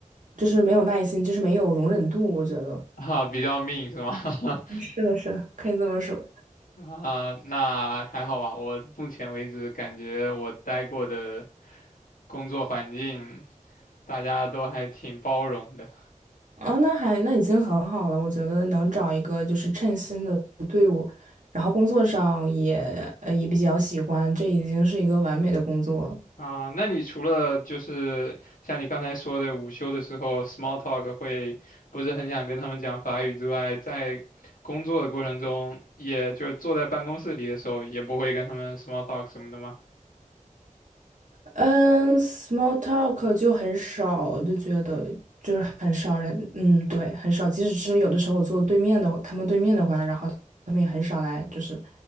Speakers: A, on the right (about 65°); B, on the left (about 80°).
A: 就是没有耐心，就是没有容忍度，我觉得。
B: 啊，比较命是吗？<laughs>
A: 是的，是的，可以这么说。
B: 啊，那还好吧。我目前为止感觉我待过的工作环境。大家都还挺包容的
A: 啊，那还那已经很好了，我觉得能找一个就是称心的队伍，然后工作上也呃也比较喜欢，这已经是一个完美的工作了。
B: 啊。那你除了就是像你刚才说的午休的时候 small talk 会不是很想跟他们讲法语之外，在工作的过程中，也就坐在办公室里的时候，也不会跟他们 small talk 什么的吗？
A: 嗯，small talk 就很少，就觉得就是很少人，嗯，对，很少。即使是有的时候我坐对面的，他们对面的话，然后他们也很少来，就是